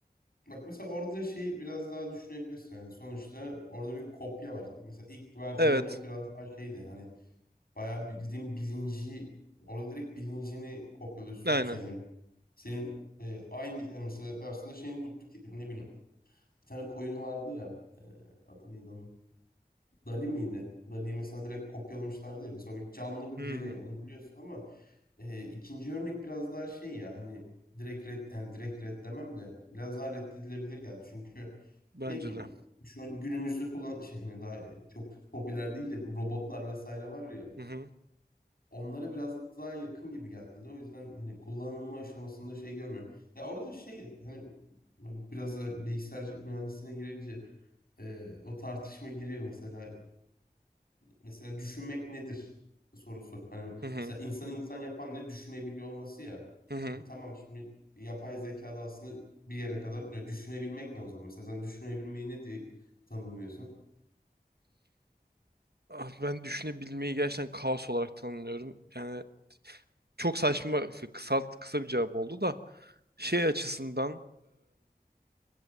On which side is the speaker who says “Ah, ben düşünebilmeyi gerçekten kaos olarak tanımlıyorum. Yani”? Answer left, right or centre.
Right